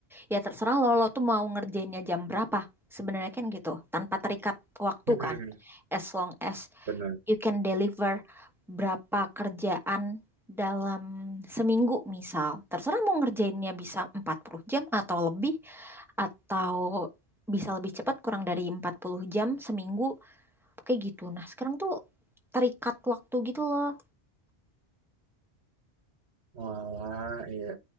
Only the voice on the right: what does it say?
Mm-mm,
benar.
Wah, iya.